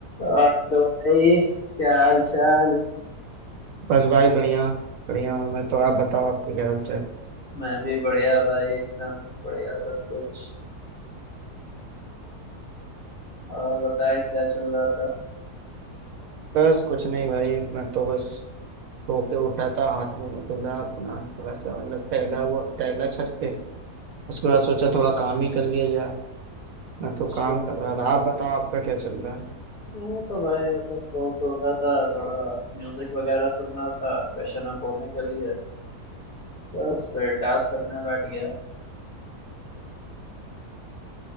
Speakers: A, on the left; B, on the right.
A: और भाई क्या हाल चाल
B: बस भाई बढ़िया बढ़िया हूँ मैं तो आप बताओ आपकी क्या हाल चाल
A: मैं भी बढ़िया भाई एकदम बढ़िया सब कुछ और बताएं क्या चल रहा था
B: बस कुछ नहीं भाई मैं तो बस सो के उठा था हाथ में मुंह धुला अपना थोड़ा सा मतलब टहला हुआ टहला छत पे उसके बाद सोचा थोड़ा काम ही कर लिया जाए मैं
A: अच्छा
B: तो काम कर रहा था आप बताओ आपका क्या चल रहा है
A: मैं तो भाई मतलब सो के उठा था थोड़ा म्यूजिक वगैरह सुनना था फ्रेशन अप होने के लिए बस फिर टास्क करने बैठ गया